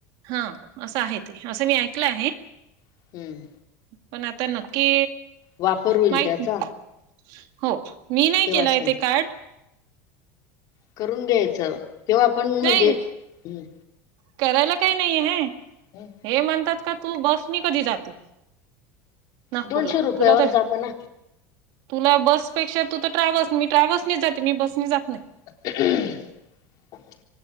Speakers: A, on the right (about 65°); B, on the left (about 55°).
A: हा असं आहे ते. असं मी ऐकलं आहे.
B: हम्म
A: पण आता नक्की
B: वापर होईल
A: माहित
B: त्याचा
A: ना हो मी नाही
B: तेव्हा
A: केलाय
B: सम
A: ते कार्ड.
B: करून घ्यायचं. केव्हा पण म्हणजे,
A: नाही
B: हम्म.
A: करायला काही नाहीे हे.
B: <inaudible>
A: हे म्हणतात का? तू बस मी कधी जाते. नागपूरला
B: दोनशे रुपयावर
A: तुला त
B: जाताना
A: तुला बसपेक्षा तू तर ट्रॅव्हल्स, मी ट्रॅव्हल्सनीच जाते. मी बसनी जात नाही.
B: <unintelligible>